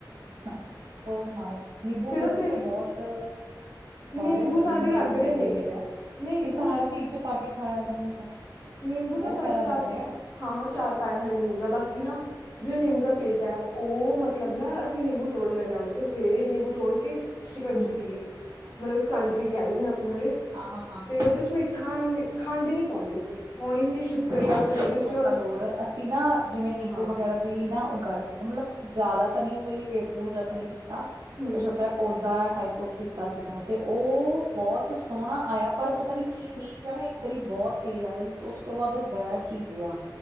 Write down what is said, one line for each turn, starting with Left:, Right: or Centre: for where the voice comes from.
Right: ਹੋਰ ਸੁਣਾਓ। ਨੀਂਬੂ
Left: ਫੇਰ
Right: ਬਿਬੂ
Left: ਉਥੇ
Right: ਤਾਂ ਬਹੁਤ
Left: ਨਿੰਬੂ
Right: ਬਾਲੇ ਵਧੀਆ
Left: ਸਾਡੇ
Right: ਨੇ, ਜੋ
Left: ਲੱਗ
Right: ਵੀ
Left: ਰਹੇ
Right: ਲੱਗੇ
Left: ਨੇ
Right: ਵੇ ਆ। ਤੁਸੀ
Left: ਨਹੀਂ
Right: ਤਾਂ ਹਰ ਚੀਜ਼ ਚ ਪਾ ਕੇ ਖਾਇਆ ਕਰੋ। ਇਹਨੂੰ-
Left: ਨਿੰੰਬੂ
Right: ਬਹੁਤ
Left: ਤਾਂ, ਸਾਡਾ
Right: ਫਾਇਦਾ
Left: ਚਾਰ-
Right: ਕਰਦੇ ਆ।
Left: ਹਾਂ, ਹਾਂ ਅਚਾਰ ਪਾਇਆ ਹੋਇਆ। ਨਿੰਬੂ ਦਾ ਬਾਕੀ ਨਾ- ਜੋ ਨਿੰੰਬੂ ਦਾ ਪੇਡਾ ਏ। ਉਹ ਮਤਲਬ ਨਾ ਅਸੀਂ ਨਿੰੰਬੂ ਤੋੜ ਲੈਂਦੇ ਆਂ। ਉਹਦੇ ਤੋਂ ਸਵੇਰੇ ਨਿੰੰਬੂ ਤੋੜ ਕੇ- ਸ਼ਿਕੰਜੀ
Right: ਹੂੰ।
Left: ਪੀਲੀ, ਮਤਲਬ ਸ਼ਿਕਜਵੀਂ ਵੀ ਕਹਿ ਦਿਣੇ ਆਂ। ਆਪਣੇ ਉਰੇ
Right: ਹਾਂ ਹਾਂ ਹਾਂ
Left: 'ਤੇ
Right: ਹਾਂ
Left: ਉਹਦੇ ਚ ਮਿੱਠਾ ਮ- ਖੰਡ ਨੀ ਪਾਉਂਦੇ ਸੀ। ਪਾਉਣੀ ਹੁੰਦੀ
Right: ਬਹੁਤ
Left: ਜਾਂ ਫਿਰ ਉਹਦੇ ਚ
Right: ਤਾਂ ਲੋੜ, ਅਸੀਂ ਨਾ ਜਿਵੇਂ ਨਿੰੰਬੂ
Left: ਹਾਂ
Right: ਵਗੈਰਾ ਦੀ ਨਾ ਉਗਾਈ ਸੀ। ਮਤਲਬ- ਜ਼ਿਆਦਾ ਤਾਂ ਨਹੀਂ, ਪੇੜ ਪੂੜ ਜਾਂ ਤਾਂ ਨੀ ਕੀਤਾ।
Left: ਹਮ
Right: ਪਰ ਛੋਟਾ ਜਿਹਾ ਪੌਦਾ। ਟਾਈਪ ਓਫ ਕੀਤਾ ਸੀਗਾ। 'ਤੇ ਉਹ ਬਹੁਤ ਸੋਹਣਾ ਆਇਆ। ਪਰ ਪਤਾ ਨੀ ਕੀ ਮੀਂ ਜਾਂ ਨਾ- ਕਰੀਬ ਬਹੁਤ ਤੇਜ਼ ਆਇਆ ਈ। ਸੋਂ ਉਸ ਤੋਂ ਬਾਅਦ ਉਹ ਬੈਠ ਹੀ ਗਿਆ।